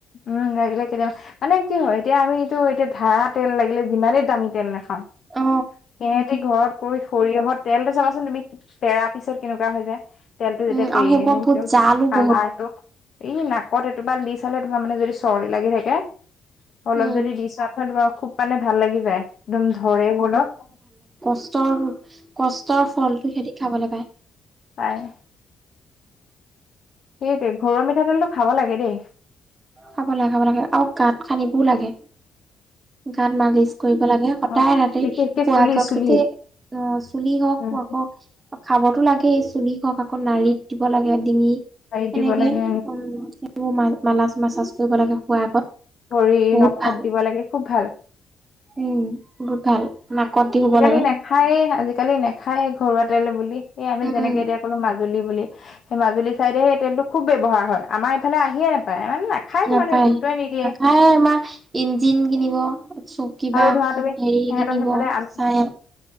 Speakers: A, on the left; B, on the right.
A: উম লাগিলে কেতিয়াবা মানে কি হয় এতিয়া আমিটো এতিয়া ধাৰা তেল লাগিলে যিমানেই দামী তেল নাখাওঁ
B: অ
A: সিহতি ঘৰত কৰি সৰিয়হত তেলটো চাবাচোন তুমি পেৰা পিছত কেনেকুৱা হৈ যায় তেলটো যেতিয়া
B: উম
A: পেৰি
B: আৰু সেইবোৰ
A: আনে
B: বহুত জালো
A: কালাৰটো
B: বহুত
A: এই নাকত এটোপাল দি চালে তোমাৰ মানে যদি চৰ্দি লাগি থাকে অলপ
B: উম
A: যদি দি চা তোমাৰ খুব মানে ভাল লাগি যায়। একদম ধৰেও অলপ।
B: ক কষ্টৰ ফলটো সিহতি খাবলৈ পায়।
A: পায়। সেইটোৱে। ঘৰুৱা মিঠাতেলটো খাব লাগে দেই।
B: খাব লাগে, খাব লাগে আৰু গাত সানিবও লাগে। গাত মালিচ কৰিব লাগে। সদায়
A: অ
B: ৰাতি
A: বিশেষকে
B: শুৱা
A: চুলি
B: আগত
A: চুলি
B: গোটেই অ চুলি হওক,
A: উম।
B: হওক খাবতো লাগে। সেই চুলি হওক আকৌ নাড়িত দিব লাগে। ডিঙি
A: হেৰিত
B: সেনেকে
A: দিব লাগে
B: উম সবোৰ মা মালাজ মাছাজ কৰিব লাগে খোৱাৰ আগত।
A: ভৰি
B: বহুত
A: নখত
B: ভাল
A: দিব লাগে খুব ভাল।
B: উম বহুত ভাল নাকত দি শুব
A: আজিকালি
B: লাগে
A: নেখায়ে আজিকালি নেখ খাই ঘৰুৱাতেল বুলি। এই আমি
B: উম
A: যেনেকে এতিয়া কলো মাজুলী বুলি। সেই মাজুলী চাইডে সেই তেলটো খুব ব্যৱহাৰ হয়। আমাৰ ইফালে আহিয়ে নাপায়। নাখাইছে
B: নাপায়,
A: মানুহে গুৰুত্বই নিদিয়ে
B: নাখায় আমাৰ ইঞ্জিন কিনিব ছ কিবা
A: আৰু ধৰা তুমি
B: হেৰি
A: সিহঁতৰ
B: কিনিব,
A: সেইফালে আমি
B: চাই